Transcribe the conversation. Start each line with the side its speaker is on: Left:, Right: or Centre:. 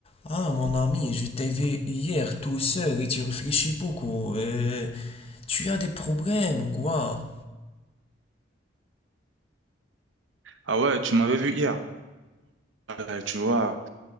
Left: Ah, mon ami, je t'ai vu hier tout seul et tu réfléchis beaucoup. Euh, tu as des problèmes ou quoi?
Right: Ah ouais, tu m'avais vu hier. Euh, tu vois,